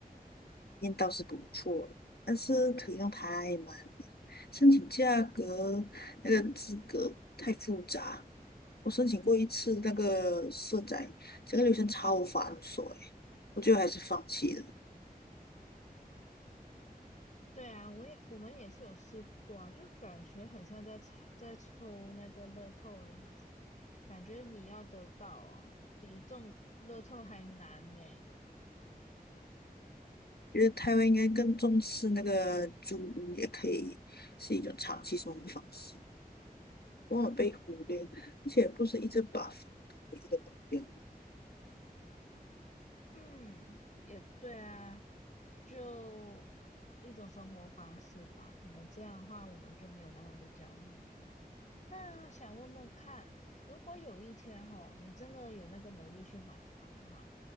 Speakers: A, on the left (about 80°); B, on the left (about 50°).
A: 验倒是不错，但是可动用太慢了，申请价格那个资格太复杂。我申请过一次那个社宅，整个流程超繁琐诶，我最后还是放弃了。
B: 对啊，我也我们也是有试过啊，就感觉很像在抽在抽那个乐透而已啦，感觉你要得到哦，比中乐透还难呢。
A: 觉得台湾应该更重视那个租屋，也可以是一种长期生活方式，往往被忽略，而且不是一直把房当唯一的目标。
B: 嗯，也对啊，就一种生活方式吧，可能这样的话我们就没有那么的焦虑了。那想问问看，如果有一天吼，你真的有那个能力去买房哈，